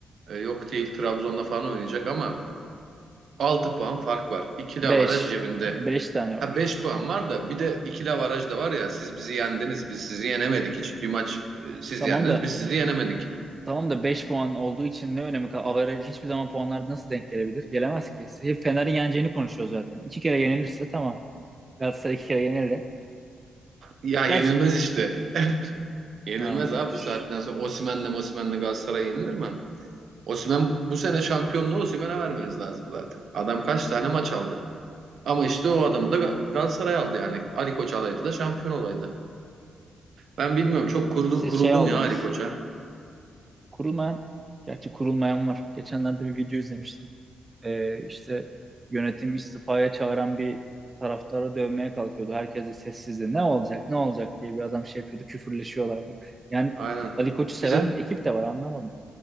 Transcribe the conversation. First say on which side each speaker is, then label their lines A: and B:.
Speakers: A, on the right; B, on the right.
A: Ee, yok değil Trabzon'la falan oynayacak ama 6 puan fark var. İkili
B: Beş
A: avaraj cebinde.
B: beş tane var.
A: Ha 5 puan var da bir de ikili avaraj da var ya siz bizi yendiniz biz sizi yenemedik hiç. Bir maç e, siz
B: Tamam
A: yendiniz
B: da
A: biz sizi yenemedik.
B: tamam da 5 puan olduğu için ne önemi kaldı? Average hiçbir zaman puanlar nasıl denk gelebilir? Gelemez ki. hep Fener'in yeneceğini konuşuyor zaten. İki kere yenilirse tamam. Galatasaray iki kere yenildi.
A: Ya
B: Gerçi
A: yenilmez işte. Yenilmez
B: ha,
A: abi
B: şş,
A: bu saatten sonra. Osimhen'le Mosimhen'le Galatasaray yenilir mi? Osimhen bu sene şampiyonluğu Osimhen'e vermeniz lazım zaten. Adam kaç tane maç aldı? Ama işte o adamı da Ga- Galatasaray aldı yani. Ali Koç alaydı da şampiyon olaydı. Ben bilmiyorum çok kurdu,
B: siz
A: kuruldum
B: şey aldınız.
A: ya Ali Koç'a.
B: Kurulmayan Gerçi kurulmayan var. Geçenlerde bir video izlemiştim. Ee, işte yönetim istifaya çağıran bir taraftarı dövmeye kalkıyordu. Herkes de sessizdi. Ne olacak, ne olacak diye bir adam şey yapıyordu, küfürleşiyorlardı. Yani
A: Aynen.
B: Ali Koç'u seven
A: Bize
B: ekip de var anlamadım.